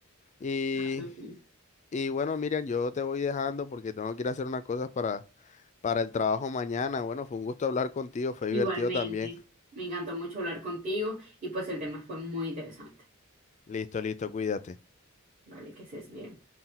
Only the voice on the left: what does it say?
Y,
y bueno, Miriam, yo te voy dejando porque tengo que ir a hacer unas cosas para, para el trabajo mañana. Bueno, fue un gusto hablar contigo, fue
divertido también.
Listo, listo, cuídate.